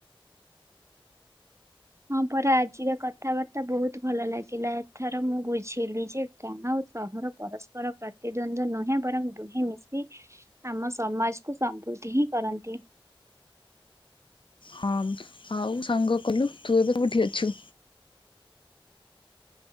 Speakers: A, on the right (about 30°); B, on the left (about 65°).
A: ହଁ ପରେ ଆଜିର କଥାବାର୍ତ୍ତା ବହୁତ ଭଲ ଲାଗିଲା। ଏଥର ମୁଁ ବୁଝିଲି ଯେ ଗାଁ ଓ ସହର ପରସ୍ପର ପ୍ରତିଦ୍ୱନ୍ଦ ନୁହେଁ ବରଂ ଦୁହେଁ ମିଶି ଆମ ସମାଜକୁ ସମୃଦ୍ଧି ହିଁ କରନ୍ତି।
B: ହଁ ଆଉ ସାଙ୍ଗ କହିଲୁ ତୁ ଏବେ କୋଉଠି ଅଛୁ?